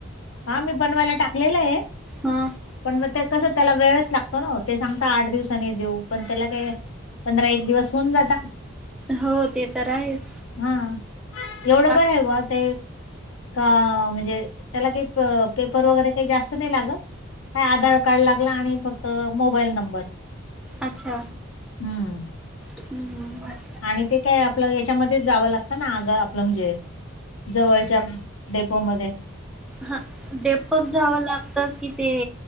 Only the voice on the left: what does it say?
हा मी बनवायला टाकलेलं आहे.
पण मग ते कसं त्याला वेळच लागतो ना ते सांगता आठ दिवसानी देऊ पण त्याला काय? पंधरा एक दिवस होऊन जाता.
हा एवढं
बर आहे ग ते का म्हणजे त्याला काही पेपर वगैरे काही जास्त नाही लागत काय आधार कार्ड लागला आणि फक्त मोबाईल नंबर
हम्म
आणि ते काय आपलं याच्यामध्येच जावं लागतं ना आग आपलं म्हणजे जवळच्या डेपोमध्येध्ये